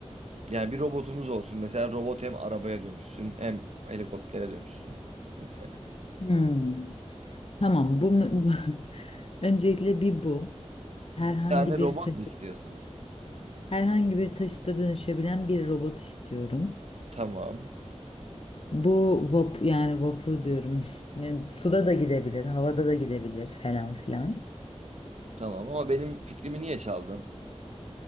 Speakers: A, on the right; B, on the left.
A: yani bir robotumuz olsun. Mesela robot hem arabaya dönüşsün, hem helikoptere dönüşsün mesela.
B: Hmm. Tamam. Bu, bu <laughs> öncelikle bir bu. Herhangi
A: Yani
B: bir
A: robot
B: taşı,
A: mu istiyorsun?
B: herhangi bir taşıta dönüşebilen bir robot istiyorum.
A: Tamam.
B: Bu vapur yani vapur diyorum. <laughs> Yani suda da gidebilir, havada da gidebilir falan filan.
A: Tamam ama benim fikrimi niye çaldın?